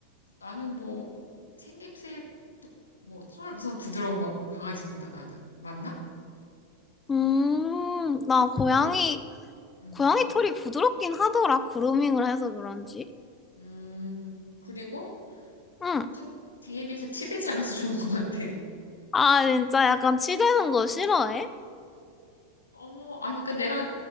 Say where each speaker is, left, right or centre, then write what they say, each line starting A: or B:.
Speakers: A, on the left (about 75°); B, on the left (about 15°).
A: 나는 뭐 생김새, 뭐털 우선 부드러운 것 같고 강아지보다 나는. 맞나?
B: 음, 나 고양이,
A: 그리고, 음,
B: 고양이 털이 부드럽긴 하더라. 그루밍을 해서 그런지.
A: 음, 그리고
B: 응.
A: 좀 걔에 비해서 치대지 않아서 좋은 것 같아.
B: 아, 진짜 약간 치대는 거 싫어해?
A: 어, 아니, 그니까 내가